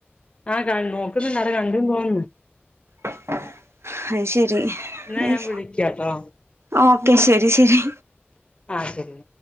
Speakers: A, on the left (about 25°); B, on the right (about 80°).
A: ആ കാൺ നോക്കുന്നുണ്ട് അടെ കണ്ട് തോന്നുന്നു
B: അഹ് ശരി
A: എന്നാ
B: അയ്
A: ഞാൻ വിളിക്കാട്ടോ
B: ഓ ഓക്കെ ശരി ശരി
A: ആ ശരി